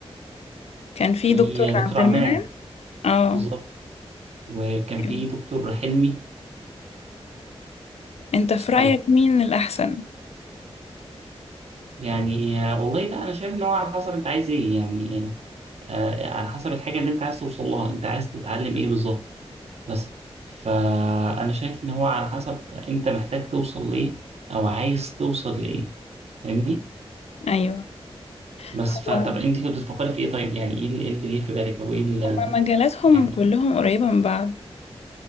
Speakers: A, on the left (about 75°); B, on the right (about 80°).
A: كان في
B: في
A: دكتور عبد
B: دكتور عبد
A: المنعم
B: المنعم
A: اه
B: بالظبط وكان في
A: أيوة.
B: دكتور حلمي
A: انت في
B: صحيح
A: رايك مين الاحسن
B: يعني آه، والله لا انا شايف ان هو على حسب انت عايز ايه يعني آه، آه، على حسب الحاجه اللي انت عايز توصل لها انت عايز تتعلم ايه بالظبط بس فأنا شايف إن هو على حسب أنت محتاج توصل لإيه أو عايز توصل لإيه فاهمني؟
A: ايوه
B: بس
A: هو
B: فطب أنت كنت بتفكري في إيه طيب يعني إيه اللي إيه اللي جه في بالك أو إيه اللي
A: هما مجالاتهم
B: يعني
A: كلهم قريبه من بعض